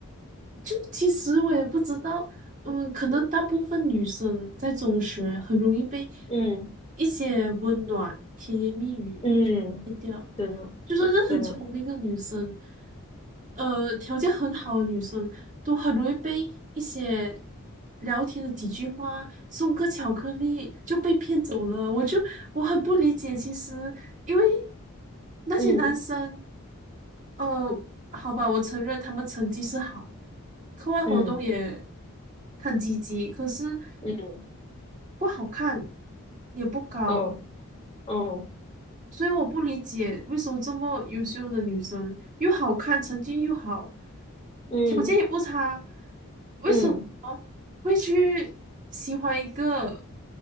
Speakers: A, on the right; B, on the left.
A: 就其实我也不知道，嗯，可能大部分女生在中学很容易被
B: 嗯
A: 一些温暖、甜言蜜语就骗掉，
B: 嗯，真的
A: 就算是很聪明的女生，
B: 真的，
A: 呃，条件很好的女生，都很容易被一些聊天的几句话、送个巧克力就被骗走了。我就我很不理解，其实因为那些男生。
B: 嗯
A: 嗯，好吧，我承认他们成绩是好，课外活动也
B: 嗯
A: 很积极，可是
B: 嗯，
A: 不好看，也不高，
B: 哦哦，
A: 所以我不理解为什么这么优秀的女生又好看，成绩又好，
B: 嗯
A: 条件也不差，为什么会去喜欢一个
B: 嗯，